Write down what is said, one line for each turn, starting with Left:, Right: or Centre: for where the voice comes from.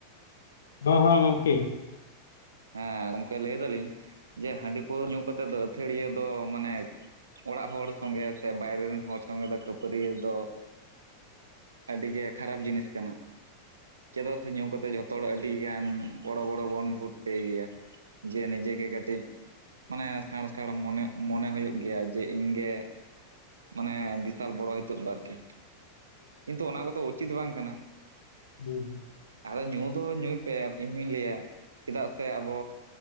Left: ᱦᱚᱸᱦᱚᱸ ᱜᱚᱢᱠᱮ
Right: ᱦᱮᱸ ᱜᱚᱢᱠᱮ ᱞᱟᱹᱭ ᱫᱟᱞᱤᱧ ᱡᱮ ᱦᱟᱺᱰᱤ ᱯᱟᱹᱣᱨᱟᱹ ᱧᱩ ᱠᱟᱛᱮᱜ ᱫᱚ ᱟᱹᱛᱷᱟᱹᱲᱤᱭᱟᱹ ᱫᱚ ᱢᱟᱱᱮ ᱚᱲᱟᱜ ᱦᱚᱲ ᱥᱚᱸᱜᱮ ᱥᱮ ᱵᱟᱭᱨᱮ ᱨᱮᱱ ᱦᱚᱲ ᱥᱚᱸᱜᱮ ᱫᱚ ᱠᱷᱟᱹᱯᱟᱹᱨᱤ ᱫᱚ ᱟᱹᱰᱤ ᱜᱮ ᱠᱷᱟᱨᱟᱯ ᱡᱤᱱᱤᱥ ᱠᱟᱱᱟ ᱪᱮᱫᱟᱜ ᱥᱮ ᱧᱩ ᱠᱟᱛᱮᱫ ᱡᱷᱚᱛᱚ ᱦᱚᱲ ᱟᱹᱰᱤᱜᱟᱱ ᱵᱚᱲᱚ ᱵᱚᱲᱚ ᱵᱚᱱ ᱵᱷᱩᱴᱴᱟᱹ ᱜᱮᱭᱟ ᱡᱮ ᱱᱤᱡᱮ ᱜᱮ ᱠᱟᱹᱴᱤᱡ ᱢᱟᱱᱮ ᱥᱟᱸᱬ ᱥᱟᱸᱬ ᱢᱚᱱᱮ ᱦᱩᱭᱩᱜ ᱜᱮᱭᱟ ᱡᱮ ᱤᱧ ᱜᱮ ᱢᱟᱱᱮ ᱵᱤᱥᱟᱞ ᱵᱚᱲᱚ ᱦᱤᱛᱚᱜ ᱫᱚ ᱟᱨᱠᱤ ᱠᱤᱱᱛᱩ ᱚᱱᱟ ᱠᱚᱫᱚ ᱩᱪᱤᱛ ᱵᱟᱝ ᱠᱟᱱᱟ
Left: ᱦᱩᱸ ᱦᱩᱸ
Right: ᱟᱫᱚ ᱧᱩ ᱫᱚ ᱧᱩᱭ ᱯᱮ ᱤᱧᱦᱩᱧ ᱞᱟᱹᱭᱟ ᱪᱮᱫᱟᱜ ᱥᱮ ᱟᱵᱚ